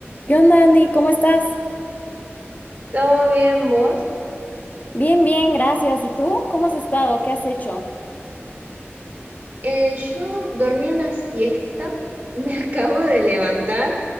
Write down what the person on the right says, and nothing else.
¿Todo bien vos?
Eh, yo dormí una siesta, me <laughs> acabo de levantar,